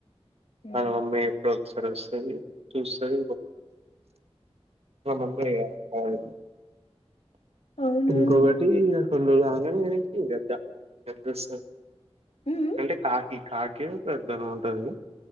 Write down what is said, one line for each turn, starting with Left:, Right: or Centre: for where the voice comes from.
Left: ఉమ్
Right: అలో అమ్మ ఎప్పుడు సరస్ సే మి చూస్తుంది మా మమ్మి యే గ
Left: అవునాలమ్మ
Right: ఇంకోకటి కొన్ని రోజులుగా అ ఎనికిదాడ <unintelligible>
Left: ఉమ్
Right: అంటే కాకి కాకే గద్దనో ఉంటదిగ